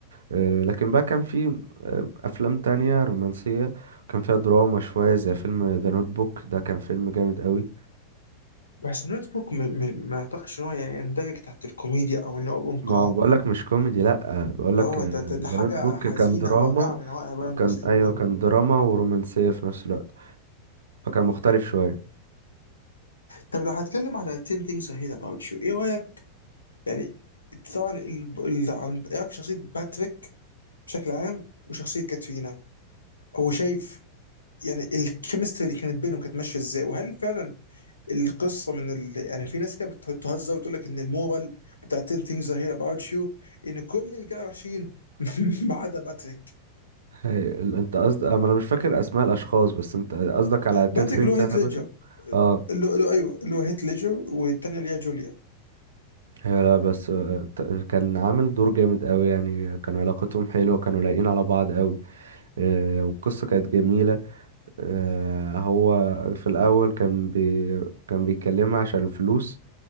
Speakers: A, on the right; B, on the left.
A: آه، لكن بقى كان في آه، افلام تانية رومانسية كان فيها دراما شوية زي فيلم ذا نوت بوك ده كان فيلم جامد قوي
B: بس نوت بوك م- م- ما اعتقدش ان هو يندرج تحت الكوميديا او انه ابوم كوم
A: ما هو بقولك مش كوميدي لا بقولك
B: اه ده, ده ده حاجه
A: ذا نوت بوك
B: حزينه
A: كان دراما
B: رائعه من رائع براين
A: كان
B: جوسلينج
A: ايوه
B: دول
A: كان دراما ورومانسية في نفس الوقت فكان مختلف شوية
B: طب لو هتكلم على 10 things I hate about you ايه رايك يعني طبعا ال... ال... عند- ايه رايك في شخصيه باتريك بشكل عام وشخصيه كاترينا هو شايف يعني الكيمستري اللي كانت بينهم كانت ماشيه ازاي وهل فعلا القصه من ال... يعني في ناس كده بت- بتهزر وتقول لك ان المورال بتاع 10 things I hate about you ان كل الرجاله وحشين <laughs> ما عدا باتريك
A: هي- انت قصدك انا مش فاكر اسماء الاشخاص بس انت قصدك على
B: باتريك
A: 10 things
B: اللي هو
A: that
B: هيث
A: happened
B: ليدجر
A: to you؟ آه.
B: اللي هو اللي هو- ايوه اللي هو هيث ليدجر والثانيه اللي هي جوليا
A: هي لا بس آه، ت- كان عامل دور جامد قوي يعني كان علاقتهم حلوة كانوا لايقين على بعض قوي آه، والقصة كانت جميلة آه، هو في الأول كان بي كان بيكلمها عشان الفلوس